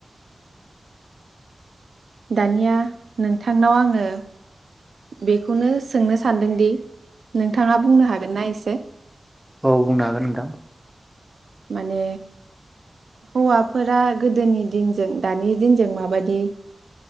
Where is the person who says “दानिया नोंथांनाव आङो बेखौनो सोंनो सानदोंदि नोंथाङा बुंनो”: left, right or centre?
Right